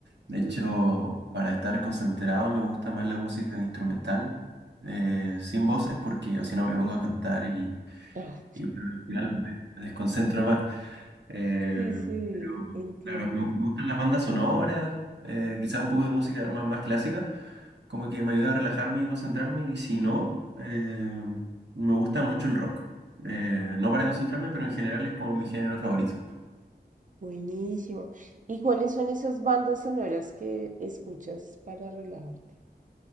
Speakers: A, on the right; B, on the right.
A: De hecho,
B: Ujú.
A: para estar concentrado me gusta más la música instrumental, eh, sin voces, porque o si no me pongo a cantar y,
B: Oh,
A: y bueno, al final me desconcentro más. Eh,
B: Sí, sí,
A: pero,
B: entiendo.
A: claro, me, me gustan las bandas sonoras, eh, quizás un poco de música más, más clásica, como que me ayuda a relajarme y concentrarme, y si no, eh, me gusta mucho el rock. Eh, no para concentrarme, pero en general es como mi género favorito.
B: Buenísimo. ¿Y cuáles son esas bandas sonoras que escuchas para relajarte?